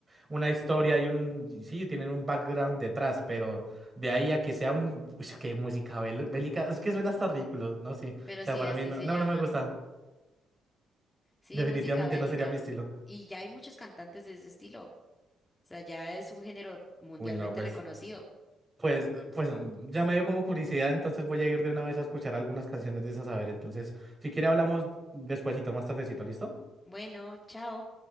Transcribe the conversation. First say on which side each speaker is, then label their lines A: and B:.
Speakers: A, on the right; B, on the left.
A: una historia y un, sí, tienen un background detrás, pero de ahí a que sea un, uy, qué música bel- bélica, es que suena hasta ridículo, no sé,
B: Pero
A: o sea,
B: sí,
A: para
B: así
A: mí no,
B: se
A: no,
B: llama.
A: no me gusta,
B: Sí,
A: definitivamente
B: música bélica.
A: no sería mi estilo.
B: Y ya hay muchos cantantes de ese estilo. sea, ya es un género mundialmente
A: Uy, no, pues
B: reconocido.
A: Pues, eh, pues mm, ya me dio como curiosidad, entonces voy a ir de una vez a escuchar algunas canciones de esas, a ver, entonces, si quiere hablamos despuesito, más tardecito, ¿listo?
B: Bueno, chao.